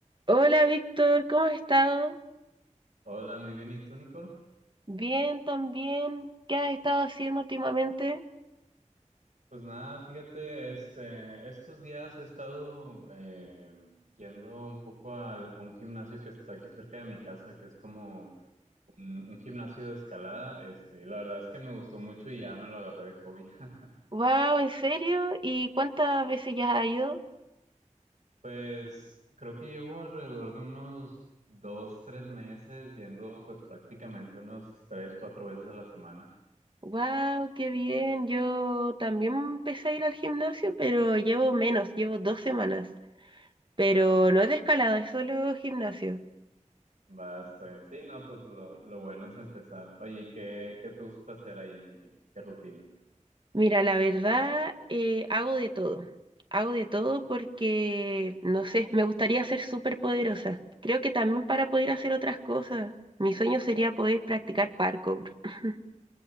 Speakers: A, on the right; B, on the right.
A: Hola Víctor, ¿cómo has estado?
B: Hola, muy bien. ¿Y tú, Nicole?
A: Bien, también. ¿Qué has estado haciendo últimamente?
B: Pues nada, fíjate, este, estos días he estado eh, yendo un poco al- a, un gimnasio que está aquí cerca de mi casa, que es como un, un gimnasio de escalada, este, y la verdad es que me gustó mucho y ya me lo agarré de hobby. <laughs>
A: Wow, ¿en serio? ¿Y cuántas veces ya has ido?
B: Pues creo que llevo alrededor de unos dos, tres meses yendo pues prácticamente unos tres, cuatro veces a la semana.
A: Wow, qué bien. Yo también empecé a ir al gimnasio, pero llevo menos, llevo dos semanas. Pero no es de escalada, es solo gimnasio.
B: Va, está bien. Sí, no, pues lo, lo bueno es empezar. Oye, ¿y ¿qué, qué te gusta hacer ahí en el gym? ¿Qué rutina?
A: Mira, la verdad, eh, hago de todo. Hago de todo porque, no sé, me gustaría ser súper poderosa. Creo que también para poder hacer otras cosas. Mi sueño sería poder practicar parkour. <laughs>